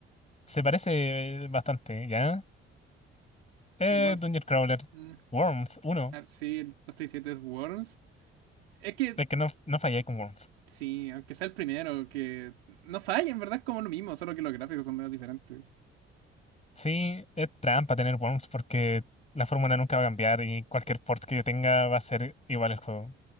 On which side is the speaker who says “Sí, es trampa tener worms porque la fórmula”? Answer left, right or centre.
Left